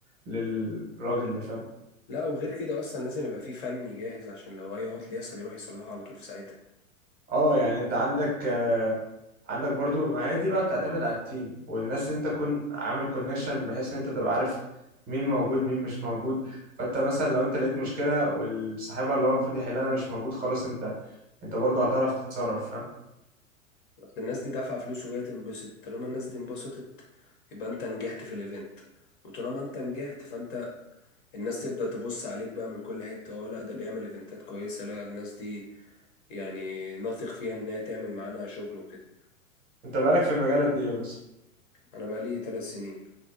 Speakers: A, on the right; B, on the left.
A: للراجل ده فاهم
B: لا وغير كده اصلا لازم يبقى فيه فني جاهز عشان لو اي عطل يحصل يروح يصلحه على طول في ساعتها
A: اه يعني انت عندك آه عندك برضو ما هي دي بقى بتعتمد على التيم والناس اللي انت تكون عامل كونكشن بحيث ان انت تبقى عارف مين موجود مين مش موجود فانت مثلا لو انت لقيت مشكله والصاحبها اللي هو المفروض يحلها ده مش موجود خلاص انت انت برضو هتعرف تتصرف فاهم
B: أصل الناس دي دافعة فلوس وجاية تنبسط طالما الناس دي انبسطت يبقى انت نجحت في الايفنت وطالما انت نجحت فانت الناس تبدأ تبص عليك بقى من كل حتة اه لا ده بيعمل ايفنتات كويسة لا الناس دي يعني نثق فيها ان هي تعمل معانا شغل وكده
A: انت بقالك في المجال قد ايه مثلا
B: انا بقالي ثلاث سنين